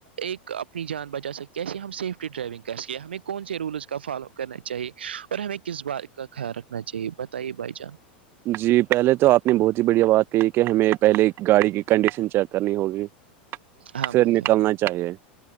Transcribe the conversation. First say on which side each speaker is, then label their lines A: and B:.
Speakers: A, on the right; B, on the right.
A: ایک اپنی جان بچا سکیں کیسے ہم سیفٹی ڈرائیونگ کر سکیں ہمیں کون سے رولس کا فالو کرنا چاہیے اور ہمیں کس بات کا خیال رکھنا چاہیے بتائیے بھائی جان
B: جی پہلے تو آپ نے بہت ہی بڑھیا بات کہ کہ ہمیں پہلے گاڑی کی کنڈیشن چیک کرنی ہوگی
A: ہاں
B: پھر
A: بھائی جان
B: نکلنا چاہیے